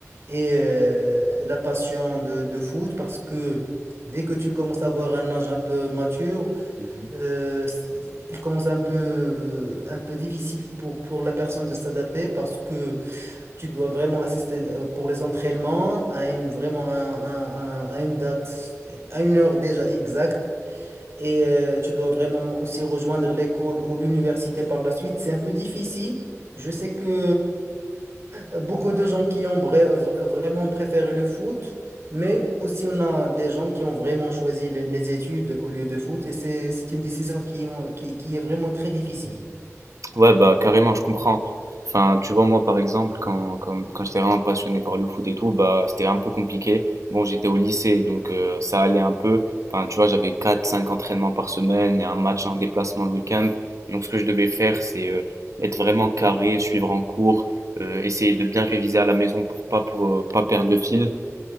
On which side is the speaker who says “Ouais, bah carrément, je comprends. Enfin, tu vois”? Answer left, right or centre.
Right